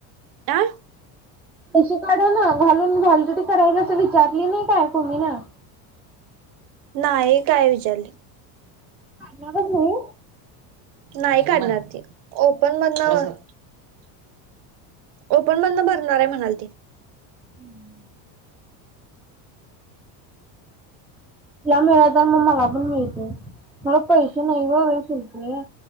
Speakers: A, on the right; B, in the centre.
A: आ
B: तशी काढू ना घालून व्हॅलिडीटी करायला असं विचारली नाही काय कोणी ना.
A: नाई काय विचारली.
B: आता बघू नि.
A: नाही काढणार ती ओपन मधनं ओपन बंद भरणार आहे म्हणाल ती.
B: हम्म <inaudible> तिला मिळत म मला पण मिळते मला पैसे नाही ना शिलकीला.